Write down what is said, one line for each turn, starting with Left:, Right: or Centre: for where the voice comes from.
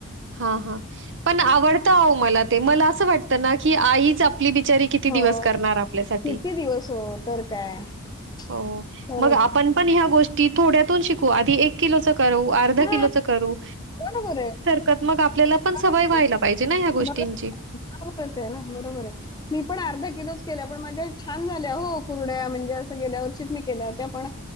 Right: हा हा पण आवडत अहो मला ते मलाअस वाटत ना की आईच आपली बिचारी किती
Left: हो.
Right: दिवस करणार आपल्या साठी
Left: किती दिवस हो तर काय?
Right: <inaudible> हो
Left: खरंच.
Right: मग आपण पण ह्या गोष्टी की थोड्यातून शिकू आधी एक किलोच करू अर्धा
Left: हां.
Right: किलोच करू
Left: बरोबर आहे.
Right: त्यात मग आप आपल्याला पण
Left: बरोबर
Right: सवय
Left: आहे.
Right: व्हायला पाहिजे ना हया् गोष्टींची,
Left: बरोबर आहे,
Right: <inaudible>
Left: बरोबरच आहे ना, बरोबर आहे. मी पण अर्धा किलोच केल्या पण माझ्या छान झाल्या हो कुरडया म्हणजे असं गेल्या वर्षीच मी केल्या होत्या पण